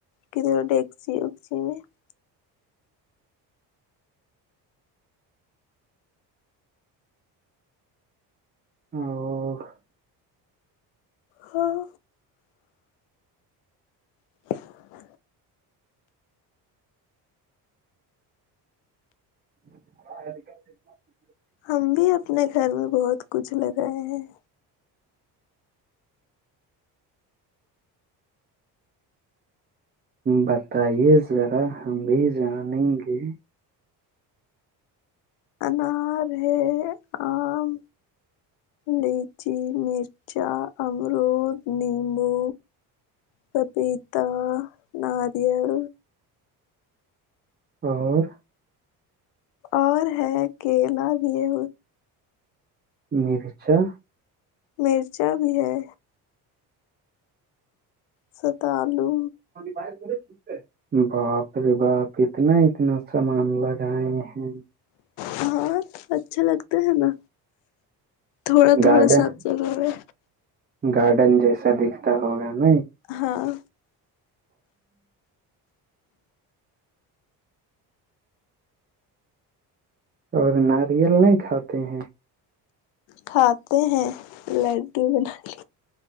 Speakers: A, on the left; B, on the right.
A: گدرے ڈگسیی اگچی میں <unintelligible>
B: او <unintelligible>
A: ہاں <unintelligible>
B: <unintelligible>
A: ہم بھی اپنے گھر میں بہت کچھ لگائے ہیں
B: بتائیے ذرا ہم بھی جانیں گے
A: انار ہے آم لیچی مرچا امرود نیمبو پپیتا ناریل
B: اور
A: اور ہے کیلا بھی ہے
B: مریچا
A: مرچا بھی ہے ستالو
B: باہر ش ہے <unintelligible> باپ رے باپ اتنا اتنا سامان لگائے ہیں
A: ہاں اچھا لگتا ہے نا تھوڑا
B: گارڈن
A: تھوڑا سب جگہ پہ
B: گارڈن جیسا دکھتا ہوگا ن
A: ہاں
B: اور ناریل نہیں کھاتے ہیں
A: کھاتے ہیں لڈو بنا لی